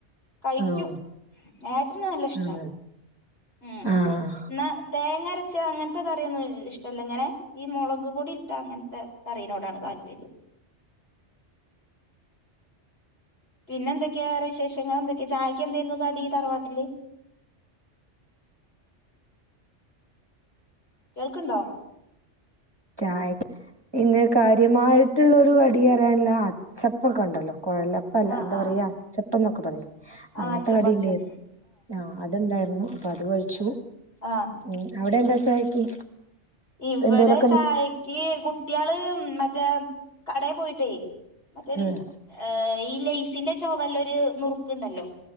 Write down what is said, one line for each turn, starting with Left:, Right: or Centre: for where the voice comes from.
Left: കഴിക്കും
Right: ആഹ്
Left: ഏട്ടന് നല്ല ഇഷ്ട
Right: അങ്ങനെ
Left: ഉം
Right: ആഹ്
Left: എന്നാ തേങ്ങരച്ച അങ്ങൻത്തെ കറിയൊന്നും ഇഷ്ടല്ല ഇങ്ങനെ ഈ മുളക് പൊടി ഇട്ട അങ്ങൻത്തെ കറീനോടാണ് താല്പര്യം പിന്നെ എന്തൊക്കെ വേറെ വിശേഷങ്ങൾ എന്തൊക്കെ ചായക്ക് എന്തായിരുന്നു കടി തറവാട്ടില് കേൾക്ണ്ടോ
Right: ചായ ഇന്ന് കാര്യമായിട്ടുള്ളരു കടി പറയാനില്ല അച്ചപ്പൊക്കെണ്ടല്ലോ കുഴലപ്പ പ്പല്ല
Left: ആഹ്
Right: എന്താ
Left: ആഹ്
Right: പറയാ അച്ചപ്പം ന്നൊക്കെ പറിലെ
Left: ആഹ്
Right: അങ്ങൻത്തെ
Left: അച്ചപ്പ
Right: കടിണ്ടേര്ന്നു
Left: അച്ചപ്പ
Right: ആഹ് അത്ണ്ടായിരുന്നു ഉം പ്പ അത് കഴിച്ചു
Left: ആഹ്
Right: ഉം അവിടെ എന്താ ചായക്ക്
Left: ഇവിടെ
Right: എന്തേലൊ
Left: ചായക്ക് കുട്ടിള് മറ്റേ കടേ പോയിട്ടേ മറ്റേൽ
Right: ഉം
Left: ഏഹ് ഈ ലെയ്സിന്റെ ചൊവല്ല ഒരു നുറുക്ക് ണ്ടല്ലോ